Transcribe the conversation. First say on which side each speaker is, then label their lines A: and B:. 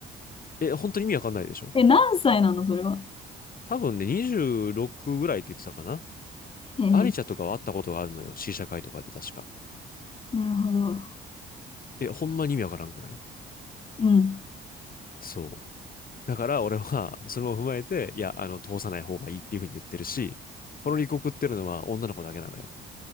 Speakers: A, on the left; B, on the left.
A: え、本当に意味わかんないでしょ
B: え、何歳なのそれは。
A: 多分ね、26ぐらいって言ってたかな。
B: えー、
A: アリチャとかは会ったことがあるのよ。試写会とかで確か。
B: なるほど。
A: え、ほんまに意味わからんくない
B: うん。
A: そう。だから俺は、<laughs> それも踏まえて、いや、あの、通さない方がいいっていうふうに言ってるし、ポロリコ食ってるのは女の子だけなのよ。